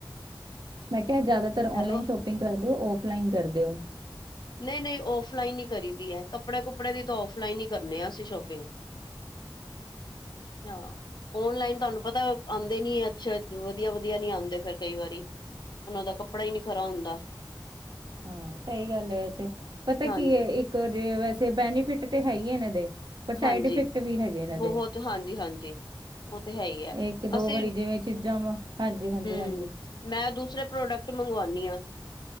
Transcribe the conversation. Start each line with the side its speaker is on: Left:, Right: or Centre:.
Right: ਮੈਂ ਕਿਹਾ ਜ਼ਿਆਦਾਤਰ ਔਨਲਾਈਨ
Left: ਹੈਲੋ
Right: ਸ਼ੋਪਿੰਗ ਕਰਦੇਓ, ਔਫਲਾਈਨ ਕਰਦੇਓ?
Left: ਨਹੀਂ-ਨਹੀਂ, ਔਫਲਾਈਨ ਹੀ ਕਰੀ ਦੀ ਹੈ। ਕੱਪੜੇ-ਕੁੱਪੜੇ ਦੀ ਤਾਂ ਔਫਲਾਈਨ ਹੀ ਕਰਨੇ ਆ ਅਸੀਂ ਸ਼ੋਪਿੰਗ। ਹਹ ਔਨਲਾਈਨ ਤੁਹਾਨੂੰ ਪਤਾ ਆਉਂਦੇ ਨੀ ਅੱਛਾ, ਵਧੀਆ-ਵਧੀਆ ਨੀ ਆਉਂਦੇ ਫਿਰ ਕਈ ਵਾਰੀ। ਉਹਨਾਂ ਦਾ ਕੱਪੜਾ ਹੀ ਨੀ ਖਰਾ ਹੁੰਦਾ।
Right: ਹਾਂ ਸਹੀ ਗੱਲ ਹੈ। ਵੈਸੇ ਪਤਾ
Left: ਹਾਂਜੀ
Right: ਕੀ ਹੈ ਇੱਕ ਵੈਸੇ ਬੈਨੀਫਿਟ ਤੇ ਹੈ ਹੀ ਇਹਨਾਂ ਦੇ ਪਰ ਸਾਈਡ
Left: ਹਾਂਜੀ
Right: ਇਫੈਕਟ ਵੀ ਹੈਗੇ ਇਹਨਾਂ ਦੇ
Left: ਬਹੁਤ ਹਾਂਜੀ ਹਾਂਜੀ ਉਹ ਤੇ ਹੈ ਹੀ ਹੈ
Right: ਇੱਕ ਦੋ
Left: ਅਸੀਂ
Right: ਵਾਰੀ ਜਿਵੇਂ ਚੀਜ਼ਾਂ ਵਾ ਹਾਂਜੀ-ਹਾਂਜੀ ਹਾਂਜੀ।
Left: ਹਮ, ਮੈਂ ਦੂਸਰੇ ਪ੍ਰੋਡਕਟ ਮੰਗਵਾਉਂਣੀ ਆ।